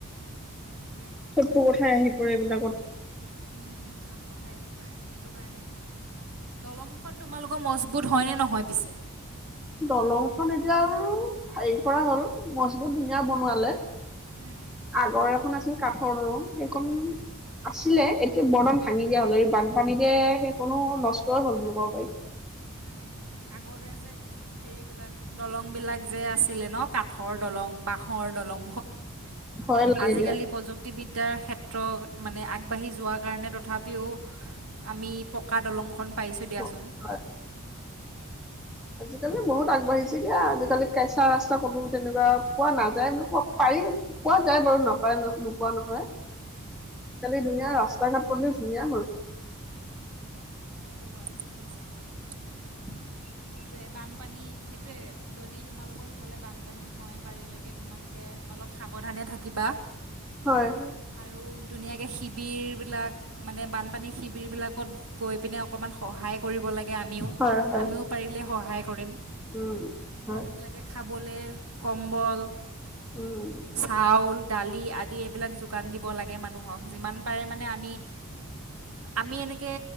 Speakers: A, on the right; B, in the centre.
A: সেইটোৱে
B: চতুৰ কথাই আহি পৰে এইবিলাকত
A: উম চব কথাই আহি পৰে সেইটো কাৰণে দলংখন <unintelligible> তোমালোকৰ মজবুত হয় নে নহয় পিছে
B: দলং খন এতিয়া আৰু হেৰি কৰা হ'ল মছবুত ধুনীয়া
A: উম,
B: বনোৱালে
A: উম,
B: আগৰ এখন আছিল কাঠৰ দলং এইকন
A: উম।
B: আছে ছিলে এতিয়া বৰ্দন ভাঙি দিয়া হল এই বানপানীতে সেই কোনো নষ্টই হল বুলি ক'ব পাৰি <unintelligible>
A: উম উম আগতে যে হেৰিবিলাক দলং বিলাক যে আছিলে ন কাট। ঠৰ দলং বাঁহৰ দলং
B: ভয় লাগে
A: আজিকালি প্ৰযুক্তিবিদ্যা ক্ষেত্ৰ মানে আগবাঢ়ি যোৱাৰ কাৰণে তথাপিও আমি পকা দলংখন পাইছো
B: দিয়া
A: দিয়াচোন।
B: আজিকালি বহুত আগবাঢ়িছেগে <unintelligible> আজিকালি কেঁচা ৰাস্তা কতো তেনেকুৱা পোৱা নাযায় বুলি কব প পোৱা যায় বাৰু নাপায় ন নোপোৱা নহয় আজিকালি ধুনীয়া ৰাস্তা ঘাট পদুলিও ধুনীয়া হ'ল
A: <inaudible>
B: <inaudible>
A: সেইটোৱে বানপানী সেইটোৱে যদি তোমালোকৰ সিফালে বানপানী হয় বাৰীলৈকে তোমালোকে অলপ সাৱধানে থাকিবা
B: হয়
A: আৰু ধুনীয়াকৈ শিবিৰবিলাক মানে বানপানী শিবিৰবিলাকত গৈ পিনে অকণমান সহায় <unintelligible> কৰিব‌ লাগে আমিও
B: হয় হয়
A: আমি পাৰিলে সহায় কৰিম।
B: উম হয়
A: মানুহবিলাকে খাব- বলে কম্বল,
B: উম
A: চাউল, দালি, আদি। এইবিলাক যোগান দিব লাগে মানুহক যিমান পাৰে মানে আমি আমি এনেকে।